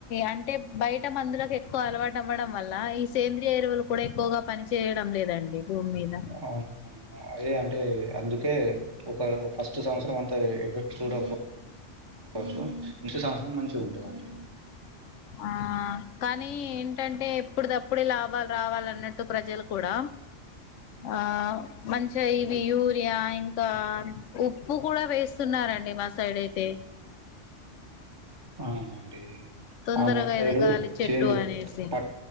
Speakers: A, on the left; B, on the right.
A: అంటే బయట మందులకు ఎక్కువ అలవాటు అవ్వడం వల్ల ఈ సేంద్రియ ఎరువులు కూడా ఎక్కువగా పని చేయడం లేదండి భూమి మీద
B: ఆ అదే అంటే అందుకే ఒక ఫస్ట్ సంవత్సరం అంత ఎఫెక్ట్ చూడక వోచ్చు ఇంకో సంవత్సరం మంచిగా ఉంటాదండి
A: ఆ కానీ ఏంటంటే ఎప్పుడుది అప్పు అప్పుడే లాభాలు రావాలన్నట్టు ప్రజలు కూడా ఆ మంచిగా ఇవి యూరియా ఇంకా ఉప్పు కూడా వేస్తున్నారండి మా సైడ్ అయితే
B: అవునండి
A: తొందరగా
B: ఆ మా సైడు
A: ఎదగాలి చెట్టు
B: చేన్లు
A: అనేసి
B: ప